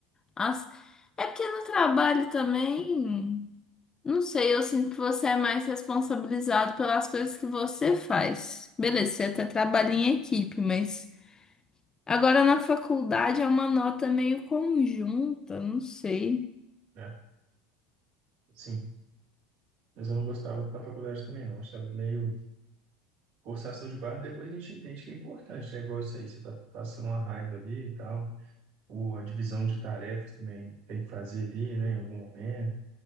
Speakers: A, on the left; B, on the right.
A: as... é porque no trabalho também, não sei, eu sinto que você é mais responsabilizado pelas coisas que você faz. Beleza, você é até trabalha em equipe, mas Agora na faculdade é uma nota meio conjunta, não sei.
B: né? Sim. Mas eu não gostava da faculdade também, não. Achava meio forçação de barra. Depois a gente entende que é importante, né? Igual isso aí. Você tá passando uma raiva ali e tal. ou a divisão de tarefas também tem que fazer ali, né, em algum momento.